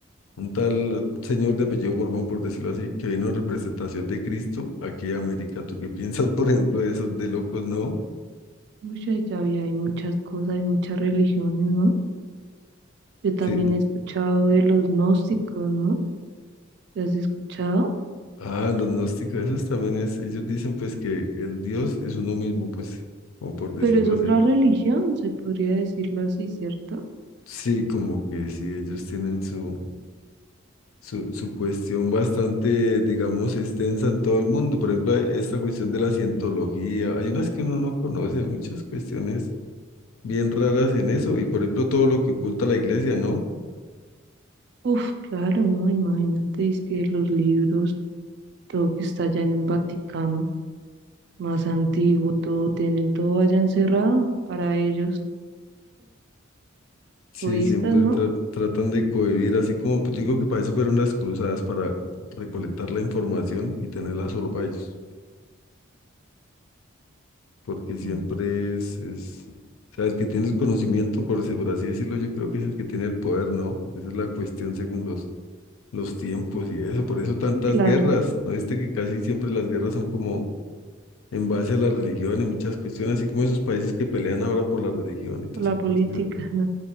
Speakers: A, on the left; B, on the right.
A: un tal señor de apellido Mormón, por decirlo así, que vino en representación de Cristo aquí a América. ¿Tú qué piensas, <laughs> por ejemplo, de esos de locos, no?
B: Mucha llave, hay muchas cosas, hay muchas religiones, ¿no? Yo también
A: sí
B: he escuchado de los gnósticos, ¿no? ¿Te has escuchado?
A: Ah, los gnósticos, esos también es, ellos dicen pues que el Dios es uno mismo, pues, o por decirlo
B: Pero es otra
A: así.
B: religión, se podría decirlo así, ¿cierto?
A: Sí, como que sí, ellos tienen su, su, su cuestión bastante, digamos, extensa en todo el mundo. Por ejemplo, esta cuestión de la cientología, hay unas que uno no conoce, hay muchas cuestiones bien raras en eso, y por ejemplo todo lo que oculta la iglesia, ¿no?
B: Uf, claro, ¿no? Imagínate, es que los libros, todo que está allá en el Vaticano, más antiguo, todo tienen todo allá encerrado para ellos,
A: Sí,
B: budistas,
A: siempre
B: ¿no?
A: tra- tratan de cohibir, así como pues, yo digo que para eso fueron las cruzadas, para recolectar la información y tenerla solo para ellos. porque siempre
B: Mm.
A: es, es, o sea, el que tiene el conocimiento, por, así- por así decirlo, yo creo que es el que tiene el poder, ¿no? Esa es la cuestión según los, los tiempos y eso, por eso tantas
B: Sí, claro,
A: guerras, ¿no viste que casi siempre las guerras son como en base a la religión y muchas cuestiones, así como esos países que pelean ahora por la religión y toda
B: por la
A: esa
B: política,
A: cuestión.
B: ¿no?